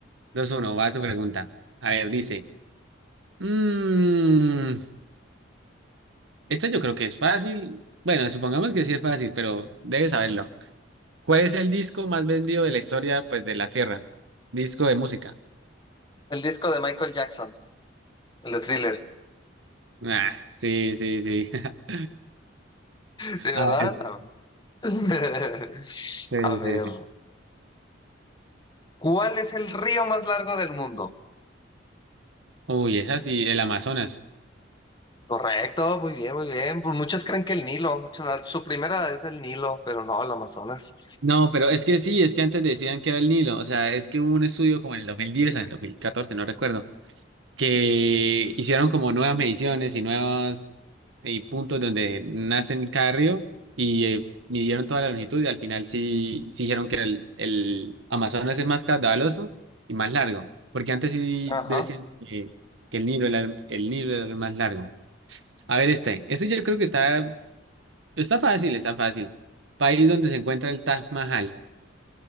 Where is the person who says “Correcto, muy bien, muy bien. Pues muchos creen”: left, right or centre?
Left